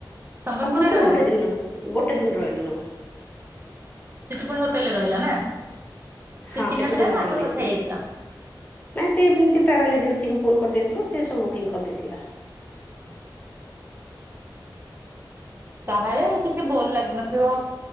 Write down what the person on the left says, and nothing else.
ସମ୍ବଲପୁର୍
ରେ ଗୋଟେ ଦିନ ଗୋଟେ ଦିନ ରହିଲୁ ଜମା।
ହଁ
ସେଠି
ପୁଣି ହୋଟେଲ
ନେଇଥିଲୁ।
ନାଇଁ ସେ ଏମିତି ଟ୍ରାଭେଲ୍ ଏଜେନ୍ସିକୁ ଫୋନ୍ କରିଦେଇଥିଲୁ ସେ ସବୁ ବୁକିଂ କରିଦେଇଥିଲା।